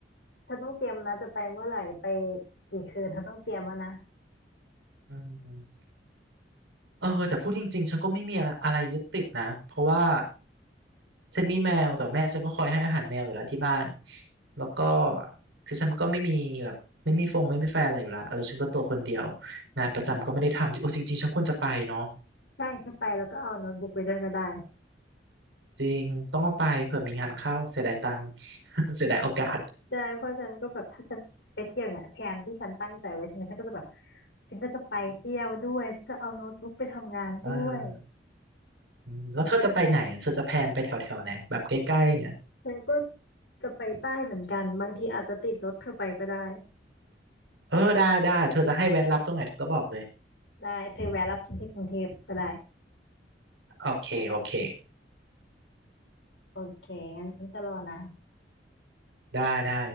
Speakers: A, on the left; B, on the right.
A: เธอต้องเตรียมนะจะไปเมื่อไหร่ไปกี่คืนเธอต้องเตรียมแล้วนะ
B: <laughs> อืม เออแต่พูดจริงๆฉันก็ไม่มีอะไรยึดติดนะเพราะว่าฉันมีแมวแต่แม่ฉันก็คอยให้อาหารแมวอยู่แล้วที่บ้านแล้วก็คือฉันก็ไม่มีแบบไม่มีฟงไม่มีแฟนอะไรอยู่แล้วเออฉันก็ตัวคนเดียวงานประจำก็ไม่ได้ทำโอ้จริงๆฉันควรจะไปเนาะ
A: ใช่ถ้าไปแล้วก็เอาโน้ตบุ๊กไปด้วยก็ได้
B: จริงต้องเอาไปเผื่อมีงานเข้าเสียดายตังค์ <laughs> เสียดายโอกาส
A: ใช่เพราะฉันก็แบบถ้าฉันไปเที่ยวเนี่ยแผนที่ฉันตั้งใจไว้ใช่ไหมฉันก็จะแบบฉันก็จะไปเที่ยวด้วยฉันก็เอาโน้ตบุ๊กไปทำงานด้วย
B: เอออืมแล้วเธอจะไปไหนอะเธอจะแพลนไปแถวแถวไหนแบบใกล้ๆเนี่ย
A: ฉันก็จะไปใต้เหมือนกันบางทีอาจจะติดรถเธอไปก็ได้
B: เออได้ได้เธอจะให้แวะรับตรงไหนเธอก็บอกเลย
A: ได้เธอแวะรับฉันที่กรุงเทพก็ได้
B: โอเคโอเค
A: โอเคงั้นฉันจะรอนะ
B: ได้ได้